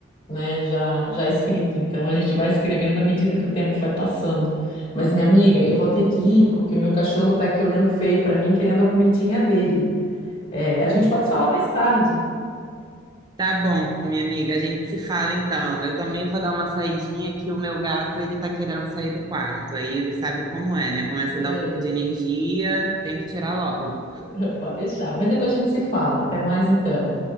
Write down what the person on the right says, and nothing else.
Tá bom, minha amiga, a gente se fala então. Eu também vou dar uma saidinha que o meu gato, ele tá querendo sair do quarto. Aí sabe como é, né? Começa
a dar o pico de energia, tem que tirar logo.